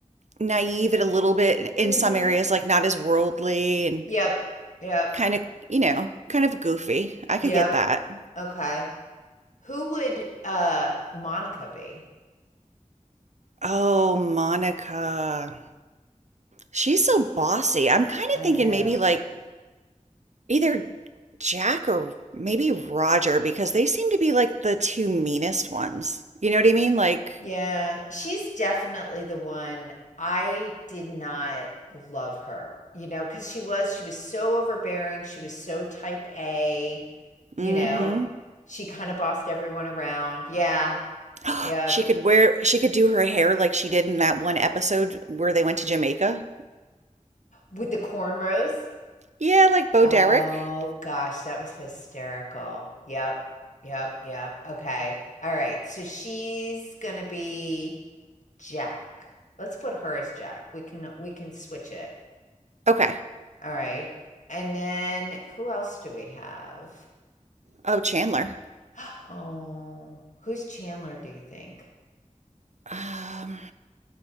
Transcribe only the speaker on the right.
naive at a little bit in
some areas, like not as worldly and
kind of you know kind of goofy. I could
get that.
Oh, Monica. She's so bossy. I'm kind
of thinking
maybe like either Jack or maybe Roger because they seem to be like the two meanest ones. You know what I mean? Like,
mm-hmm.
<gasps>
She could wear, she could do her hair like she did in that one episode where they went to Jamaica.
Yeah, like Bo
Derek.
Okay.
Oh, Chandler.
Um,